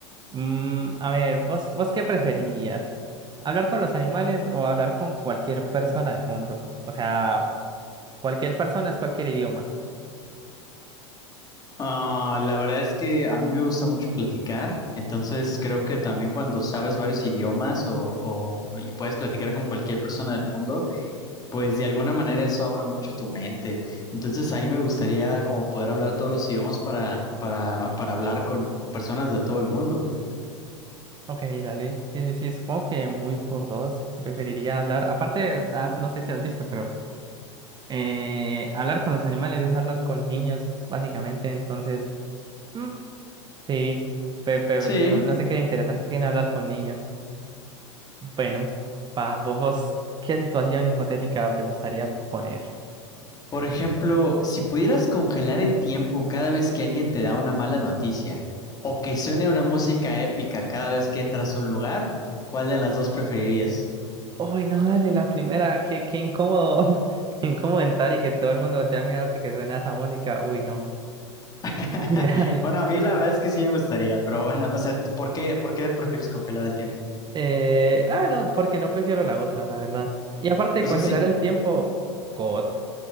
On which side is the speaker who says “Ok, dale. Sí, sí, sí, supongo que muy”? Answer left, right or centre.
Right